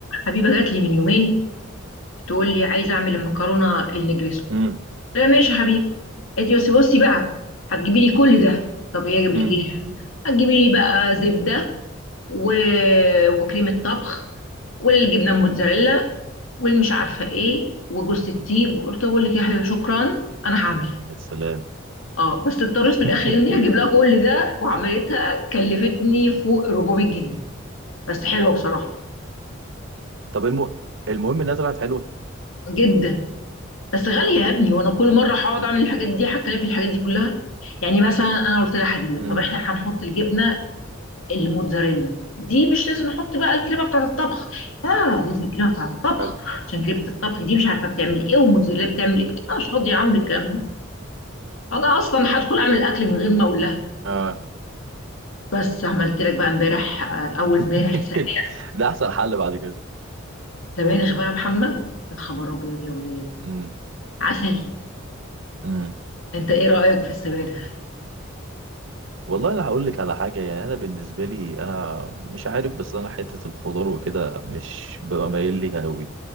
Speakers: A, on the left; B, on the right.
A: حبيبه جات لي من يومين تقول لي عايزه اعمل المكرونه النجريسكو
B: امم
A: قلت لها ماشي يا حبيبي قالت لي بس بصي بقى هتجيبي لي كل ده طب ايه اجيب
B: امم
A: لك ايه هتجيبي لي بقى زبده و... وكريمه طبخ والجبنه الموتزاريلا والمش عارفه ايه وجوز الطيب قلت طب اقول لك ايه يا حبيبي شكرا انا هعملها
B: يا سلام
A: اه بس اضطريت في الاخر
B: <laughs>
A: اني اجيب لها كل ده وعملتها كلفتني فوق 400 جنيه بس حلوه بصراحه
B: طب الم... المهم انها طلعت حلوه
A: جدا بس غالية يا ابني وانا كل مرة هقعد اعمل الحاجات دي هتكلف في الحاجات دي كلها يعني مثلا انا قلت لها حبيبة
B: امم
A: طب احنا هنحط الجبنة الموتزاريلا دي مش لازم نحط بقى الكريمة بتاعة الطبخ لا لازم الكريمة بتاعة الطبخ
B: حلو
A: عشان كريمة الطبخ دي مش عارفة بتعمل ايه والموتزاريلا بتعمل ايه انا مش فاضية يا عم الكلام ده انا اصلا هدخل اعمل اكل من غير ما اقول لها
B: اه
A: بس عملت لك بقى امبارح آه، اول
B: <laughs>
A: امبارح سبانخ
B: ده احسن حل بعد كده
A: سبانخ بقى يا محمد يا خبر ابيض يا ولاد
B: امم
A: عسل
B: امم
A: انت ايه رأيك في السبانخ
B: والله انا هقول لك على حاجه يعني انا بالنسبه لي انا مش عارف بس انا حته الخضار وكده مش ببقى مايل ليها قوي